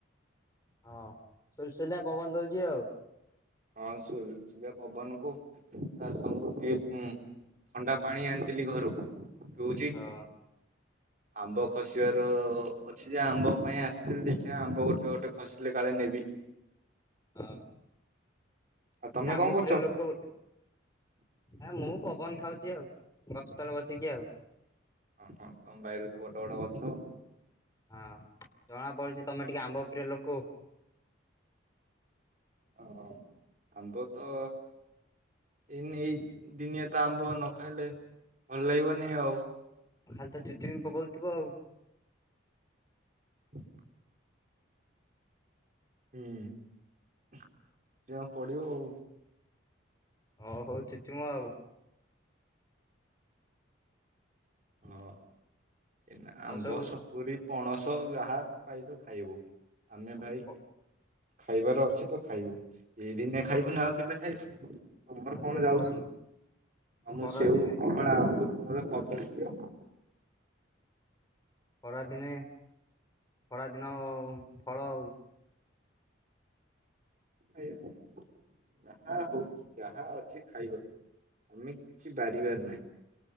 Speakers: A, on the left (about 20°); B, on the right (about 40°).
A: ହଁ ସୁଲୁସୁଲିଆ ପବନ ଦଉଚି ଆଉ।
B: ହଁ ସୁଲୁ ସୁଲିଆ ପବନ କୁ ତା ସାଙ୍ଗୁ ଟିକେ ଥଣ୍ଡା ପାଣି ଆଣିଥିଲି ଘରୁ ପିଉଚି।
A: ହଁ
B: ଆମ୍ବ ଖସିବାର ଅଛି ଯେ ଆମ୍ବ ପାଇଁ ଆସିଥିଲି। ଆମ୍ବ ଗୋଟେ ଗୋଟେ ଖସିଲେ କାଳେ ନେ
A: ହଁ।
B: ଆଉ ତମେ
A: ଏ ଆମ୍ବ
B: କଣ କରୁଛ?
A: ପ୍ରିୟ ଲୋକ ଆ ମୁଁ ପବନ ଖାଉଚି ଆଉ। ଗଛ ତଳେ ବସିକି ଆଉ।
B: ଓହ ତମ ବାଇରେ ତ ବଡ ବଡ ଗଛ।
A: ହଁ ଜଣାପଡୁଚି ତମେ ଟିକେ ଆମ୍ବ ପ୍ରିୟ ଲୋକ।
B: ହ ଆମ୍ବ ତ ଏଇନେ ଏଇ ଦିନିଆ ତ ଆମ୍ବ ନ ଖାଇଲେ ଭଲ ଲାଗିବନି ଆଉ।
A: ଖାଲି ତା <unintelligible> ପକଉଥିବ ଆଉ।
B: <inaudible> ହୁଁ। ପଡ଼ିବ ଆଉ।
A: ଓ ହଉ ଚୁଚୁମ ଆଉ। <inaudible>
B: ହଁ। ଏଇନା
A: ଆଉ
B: ଆମ୍ବ
A: ସବୁ
B: ସପୁରି ପଣସ ଯାହା ପାଇଲୁ ଖାଇବୁ। ଆମେ
A: ଆଉ
B: ଭାଇ ଖାଇବାର ଅଛି ତ ଖାଇବୁ। ଏଇ ଦିନେ ଖାଇବୁ ନା ଆଉ କେବେ ଖାଇବୁ, ତମର କଣ
A: ସେ
B: ଯାଉଛି।
A: ଖରା
B: ଆଉ
A: ଖରା
B: ମୁଁ ସେଉ,
A: ଦିନେ
B: କମଳା, ଅଙ୍ଗୁର ତମର କଦଳୀ। ଦିଅ
A: ଖରାଦିନେ ଖରାଦିନ ଫଳ ଆଉ।
B: ଆଜ୍ଞା, ଯାହା ହଉଛି ଯାହା ଅଛି ଖାଇବାକୁ, ଆମେ କିଛି ବାରିବାର ନାହିଁ।